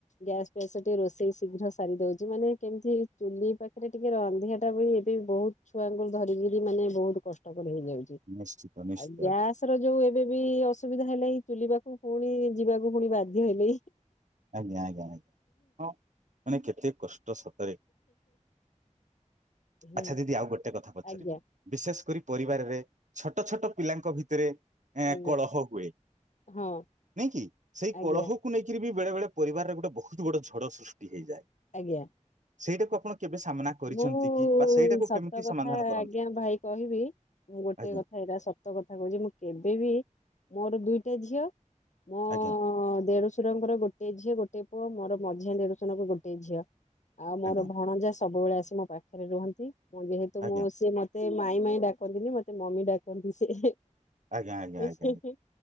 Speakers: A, on the left; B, on the right.
A: ଗ୍ୟାସ୍ ଫ୍ୟାସେ ଟିକେ ରୋଷେଇ ଶୀଘ୍ର ସାରି ଦୋଉଚି ମାନେ କେମିତି ଚୁଲି ପାଖରେ ଟିକେ ରାନ୍ଧିଆଟା ବି କି ବୋହୁତ ଛୁଆଙ୍କୁ ଧରିକିରି ମାନେ ବୋହୁତ କଷ୍ଟକର ହେଇଯାଉଚି
B: ନିଶ୍ଚିତ ନିଶ୍ଚିତ
A: ଆଉ ଗ୍ୟାସ୍
B: ଆଜ୍ଞା
A: ଏଥର ଯୋଉ ଏବେ ବି ଅସୁବିଧା ହେଲାଇ ଚୁଲି ପାଖୁ ପୁଣି ଯିବାକୁ ପୁଣି ବାଧ୍ୟ ହେଲି।
B: ଆଜ୍ଞା ଆଜ୍ଞା ହଁ ମାନେ କେତେ କଷ୍ ଟ ସତରେ
A: ହୁଁ
B: ଆଛା ଦିଦି ଆଉ ଗୋଟେ କଥା ପଚାରିବି।
A: ଆଜ୍ଞା
B: ବିଶେଷ କରି ପରିବାରରେ ଛୋଟ ଛୋଟ ପିଲାଙ୍କ ଭିତରେ ଏଁ
A: ଆଜ୍ଞା
B: କଳହ ହୁଏ
A: ହଁ
B: ନାଇଁ କି ସେଇ
A: ଆଜ୍ଞା
B: କଳହକୁ ନେଇକିରି ବି ବେଳେବେଳେ ପରିବାରରେ ଗୋଟେ ବୋହୁତ ବଡ଼ ଝଡ଼ ସୃଷ୍ଟି ହେଇଯାଏ।
A: ଆଜ୍ଞା।
B: ସେଇଟାକୁ ଆପଣ କେବେ ସାମ୍ନା କରିଛନ୍ତି
A: ମୁଁ
B: କି ବା ସେଇଟାକୁ
A: ସତ
B: କେମିତି
A: କଥା
B: ସମାଧାନ କରନ୍ତି?
A: ଆଜ୍ଞା ଭାଇ କହିବି ମୁଁ ଗୋଟେ
B: ଆଜ୍ଞା
A: କଥା ଏଇଟା ସ ତ କଥା କହୁଚି ମୁଁ କେବେ ବି ମୋର ଦୁଇଟା ଝିଅ ମୋ
B: ଆଜ୍ଞା
A: ଦେଢ଼ଶୁରଙ୍କର ଗୋଟିଏ ଝିଅ ଗୋଟେ ପୁଅ ମୋର ମଝିଆ ଦେଢଶୁରଙ୍କ ଗୋଟେ ଝିଅ। ଆଉ ମୋର
B: ଆଜ୍ଞା
A: ଭଣଜା ସବୁବେଳେ ଆସି ମୋ ପାଖରେ ରୁହନ୍ତି ମୁଁ ଯେହେତୁ
B: ଆଜ୍ଞା
A: ମୁଁ ସିଏ ମ ତେ ମାଇଁ ମାଇଁ ଡାକନ୍ତିନି ମତେ ମମି ଡାକନ୍ତି ସେ
B: ଆଜ୍ଞା ଆଜ୍ଞା ଆଜ୍ଞା
A: ସେ।